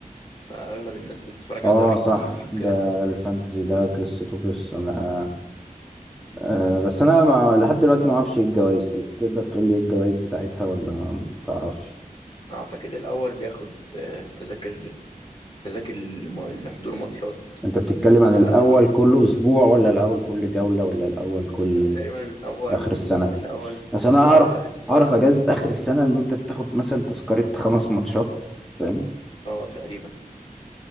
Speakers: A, on the left (about 35°); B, in the centre.
A: فأغلب الناس بتتفرج على
B: اه
A: دوري إنجليزي
B: صح
A: وكده
B: ده الفانتزي ده قصته قصة لا أه بس انا ما لحد دلوقتي ما اعرفش ايه الجوائز تقدر تقول لي ايه الجوائز بتاعتها ولا ما تعرفش
A: أعتقد الأول بياخد آه، تذاكر تذاكر الم- لحضور ماتشات
B: انت بتتكلم عن
A: فدي
B: الاول كل اسبوع ولا الاول كل جولة ولا الاول كل
A: لا تقريبا الأول
B: اخر السنة
A: الأول
B: اصل انا اعرف
A: أول آخر السنة
B: اعرف اجازة اخر السنة ان انت بتاخد مثلا تذكرة خمس ماتشات فاهم
A: اه تقريبا